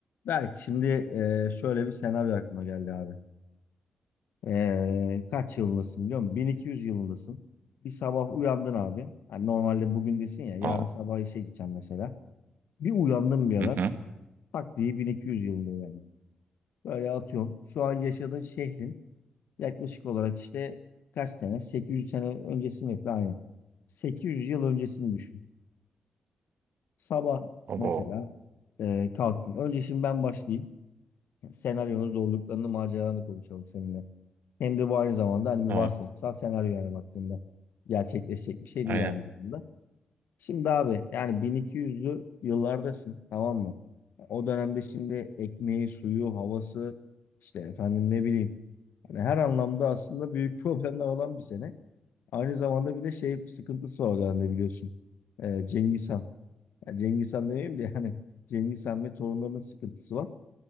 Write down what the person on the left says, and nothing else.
Berk şimdi e, şöyle bir senaryo aklıma geldi abi. E, kaç yılındasın biliyor musun? 1200 yılındasın. Bir sabah uyandın abi. Hani normalde bugün desin ya yarın
sabah işe gideceğim mesela. Bir uyandın birader.
Tak diye 1200 yılında uyandın. Böyle atıyorum. Şu an yaşadığın şehrin yaklaşık olarak işte kaç sene? 800 sene öncesini yapıyor aynen. 800 yıl öncesini düşün. Sabah
mesela e, kalktın. Önce şimdi ben başlayayım. senaryonun zorluklarını, maceralarını konuşalım seninle. Hem de bu aynı zamanda hani bir
varsayımsal senaryo yani baktığında gerçekleşecek bir şey
değil aynı zamanda. Şimdi abi yani 1200'lü yıllardasın tamam mı? O dönemde şimdi ekmeği, suyu, havası işte efendim ne bileyim hani her anlamda aslında büyük <laughs> problemler olan bir sene. Aynı zamanda bir de şey sıkıntısı var o dönemde biliyorsun. Ee, Cengiz Han. Yani Cengiz Han demeyeyim de yani Cengiz Han ve torunlarının sıkıntısı var.